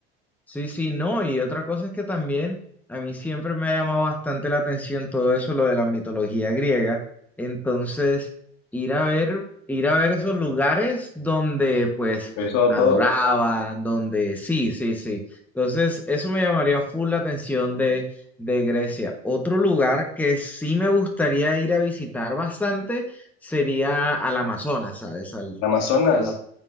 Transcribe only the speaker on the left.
Empezó
todo.
En Amazonas.